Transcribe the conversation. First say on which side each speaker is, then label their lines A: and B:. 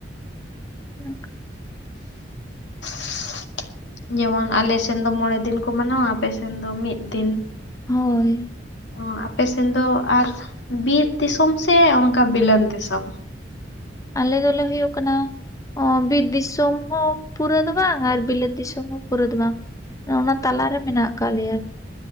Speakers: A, on the left; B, on the left.
A: <unintelligible>
B: <inaudible> ᱡᱮᱢᱚᱱ ᱟᱞᱮ ᱥᱮᱱ ᱫᱚ ᱢᱚᱬᱮ ᱫᱤᱱ ᱠᱚ ᱢᱟᱱᱟᱣᱟ ᱟᱯᱮ ᱥᱮᱱ ᱫᱚ ᱢᱤᱫ ᱫᱤᱱ᱾
A: ᱦᱳᱭ
B: ᱚ ᱟᱯᱮ ᱥᱮᱱ ᱫᱚ ᱟᱨ ᱵᱤᱨ ᱫᱤᱥᱚᱢ ᱥᱮ ᱚᱱᱠᱟ ᱵᱤᱞᱟᱹᱱ ᱫᱤᱥᱚᱢ?
A: ᱟᱞᱮ ᱫᱚᱞᱮ ᱦᱩᱭᱩᱜ ᱠᱟᱱᱟ ᱚ ᱵᱤᱨ ᱫᱤᱥᱚᱢ ᱦᱚᱸ ᱯᱩᱨᱟᱹ ᱫᱚ ᱵᱟᱝ ᱟᱨ ᱵᱤᱞᱟᱹᱛ ᱫᱤᱥᱚᱢ ᱦᱚᱸ ᱯᱩᱨᱟᱹ ᱫᱚ ᱵᱟᱝ᱾ ᱚᱱᱟ ᱛᱟᱞᱟ ᱨᱮ ᱢᱮᱱᱟᱜ ᱟᱠᱟᱜ ᱞᱮᱭᱟ᱾ ᱫᱚ